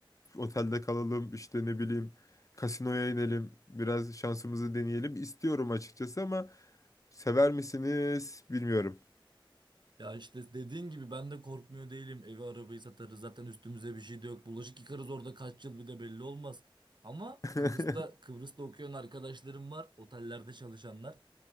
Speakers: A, on the left; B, on the right.
A: otelde kalalım işte ne bileyim kasinoya inelim biraz şansımızı deneyelim istiyorum açıkçası ama sever misiniz bilmiyorum.
B: Ya işte dediğin gibi ben de korkmuyor değilim. Evi arabayı satarız. Zaten üstümüze bir şey de yok. Bulaşık yıkarız orada kaç yıl bir de belli olmaz. Ama
A: <laughs>
B: Kıbrıs'ta Kıbrıs'ta okuyan arkadaşlarım var. Otellerde çalışanlar.